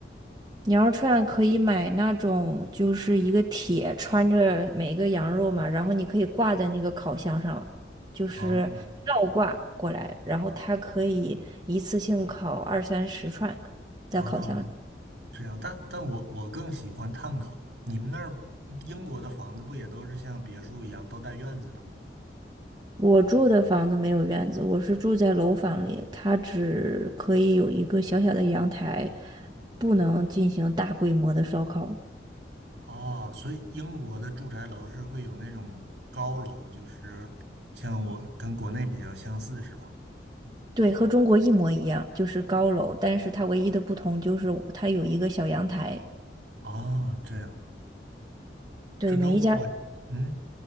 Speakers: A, on the right (about 25°); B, on the right (about 70°).
A: 羊肉串可以买那种，就是一个铁穿着每一个羊肉嘛，然后你可以挂在那个烤箱上，就是倒挂过来，
B: 哦
A: 然后它可以一次性烤二三十串在烤箱里。
B: 哦，这样，但但我我更喜欢炭烤。你们那儿英国的房子不也都是像别墅一样都带院子的吗？
A: 我住的房子没有院子，我是住在楼房里，它只可以有一个小小的阳台，不能进行大规模的烧烤。
B: 哦，所以英国的住宅楼是会有那种高楼，就是像我跟国内比较相似，是吧？
A: 对，和中国一模一样，就是高楼，但是它唯一的不同就是它有一个小阳台，
B: 哦，这样，
A: 对，
B: 这跟我，
A: 每一家
B: 嗯，